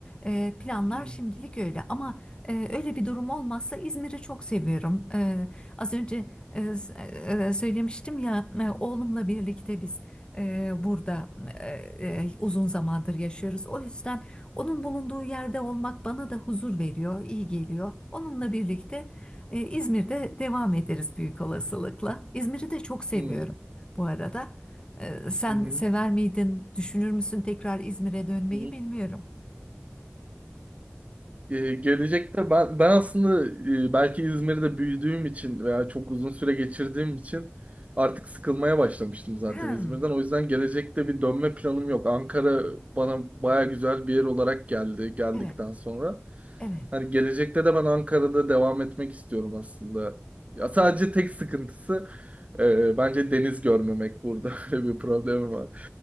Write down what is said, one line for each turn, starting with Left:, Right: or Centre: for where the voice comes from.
Left: E, planlar
Right: Hmm.
Left: şimdilik öyle ama e, öyle bir durum olmazsa İzmir'i çok seviyorum. E, az önce e, s- e, söylemiştim ya e, oğlumla birlikte biz e, burada e, e, uzun zamandır yaşıyoruz. O yüzden onun bulunduğu yerde olmak bana da huzur veriyor, iyi geliyor. Onunla birlikte. E, İzmir'de devam ederiz büyük olasılıkla. İzmir'i de çok seviyorum
Right: Hmm.
Left: bu arada. E, sen
Right: Hı hı.
Left: sever miydin, düşünür müsün tekrar İzmir'e dönmeyi
Right: Hı.
Left: bilmiyorum.
Right: Ee, gelecekte ben ben aslında e, belki İzmir'de büyüdüğüm için veya çok uzun süre geçirdiğim için artık sıkılmaya başlamıştım zaten
Left: Hmm.
Right: İzmir'den. O yüzden gelecekte bir dönme planım yok. Ankara bana baya güzel bir yer olarak geldi geldikten
Left: Evet,
Right: sonra.
Left: evet.
Right: Hani gelecekte de ben Ankara'da devam etmek istiyorum aslında. Ya sadece tek sıkıntısı e, bence deniz görmemek burada. <laughs> Öyle bir problemim var.